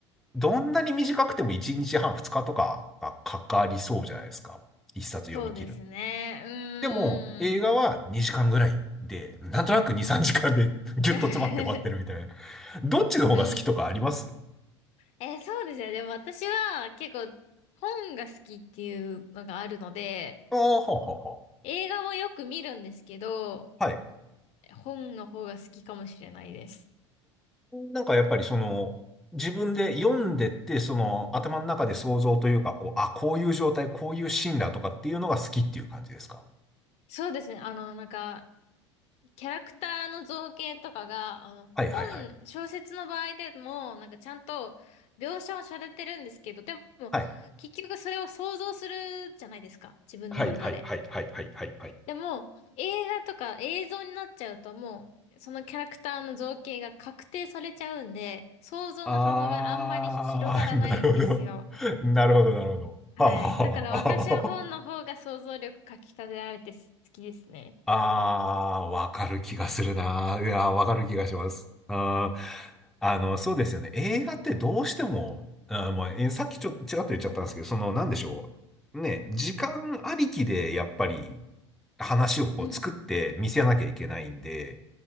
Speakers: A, in the centre; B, on the left (about 45°).
A: どんなに短くても1日半、2日とかがかかりそうじゃないですか。一冊読み切るの。
B: そうですね。うーん。
A: でも、映画は2時間ぐらいで、なんとなく2、3時間で <laughs> ギュッと詰まって終わってるみたいな。
B: <laughs>
A: どっちの方が好きとかあります
B: うん。えーそうですね。でも私は結構本が好きっていうのがあるので、
A: ああはあはあは
B: 映画もよく見るんですけど、
A: あ。はい。
B: 本の方が好きかもしれないです。
A: なんかやっぱりその、自分で読んでって、その頭の中で想像というか、こう、あ、こういう状態、こういうシーンだとかっていうのが好きっていう感じですか
B: そうですね。あの、なんか、キャラクターの造形とかが、あの、
A: はいはいはい。
B: 本、小説の場合でも、なんかちゃんと描写をされてるんですけど、でも、
A: はい
B: 結局それを想像するじゃないですか、自分の中で。
A: はいはいはいはいはいはいはい。
B: でも、映画とか映像になっちゃうともう、そのキャラクターの造形が確定されちゃうんで、想像の幅があんまり広がらないんですよ。
A: あー、<laughs> なるほど。なるほど、なるほど。<laughs>
B: はい。
A: はあはあは
B: だから私は本の方が想像力かき立てられて好きですね。
A: ああー、わかる気がするな。いやー、わかる気がします。あー、あの、そうですよね。映画ってどうしても、あー、まあ、えさっきちょ、ちらっと言っちゃったんですけど、その、なんでしょう。ね、時間ありきで、やっぱり、話をこう作って見せなきゃいけないんで、
B: うん。